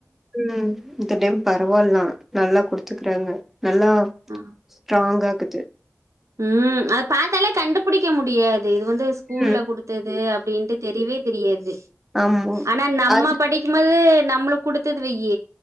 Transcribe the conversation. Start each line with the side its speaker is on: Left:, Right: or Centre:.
Centre: ம் இந்த டைம் பரவால்லா நல்லா குடுத்துக்குறாங்க நல்லா
Right: அ.
Centre: ஸ்ட்ராங்கா க்குது
Right: ம் அது பாத்தாலே கண்டுபுடிக்க முடியா து இது வந்து ஸ்கூல்ல
Centre: ம்
Right: குடுத்தது அப்டின்ட்டு தெரியவே தெரியாது
Centre: ஆமா
Right: ஆனா நம்ம
Centre: அது
Right: படிக்கம்பது நம்ளுக்கு குடுத்தது வையி